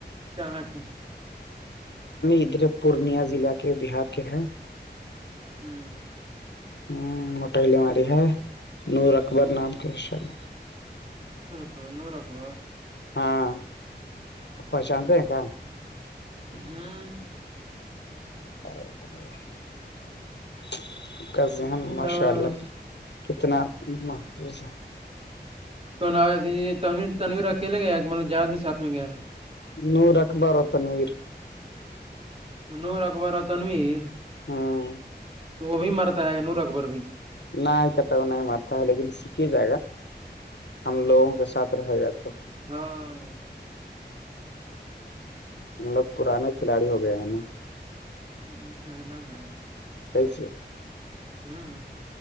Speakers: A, on the right (about 35°); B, on the left (about 75°).
A: کہاں کے
B: ادھر پورنیاز ضلع کے بہار کے ہے
A: ہمم
B: ہمم وہٹیہلے ہماری ہے نور اکبر نام کے ہے شاید
A: ہاں نور اکبر
B: ہاں پرشانت ہے کیاا
A: ہاں
B: آپ کا ذہن
A: ہ
B: ماشاء اللہ کتنا محفوظ ہے
A: یہ تنیر تنویر اکیلے گیا کہ مطلب جاد بھی ساتھ میں گیا
B: نور اخبار و تنویر
A: تو نور اکبر اور تنویر
B: ہوں
A: تو وہ بھی مرتا ہے گا نور اکبر بھی کا
B: نہیں کہتا نہیں مارتا ہے لیکن سیک ہی جائے گا ہم لوگوں کے ساتھ رہ گا تو
A: ہاں
B: ہم لوگ پرانے کھلاڑی ہو گئے ہیں نا
A: ہ کہنا ہے
B: کیسے
A: ہوں